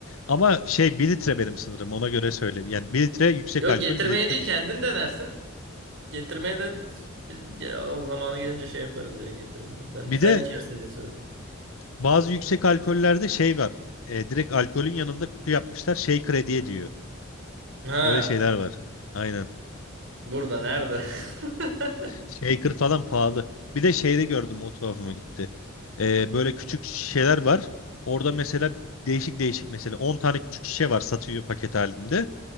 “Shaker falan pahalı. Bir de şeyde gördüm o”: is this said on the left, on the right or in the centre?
Left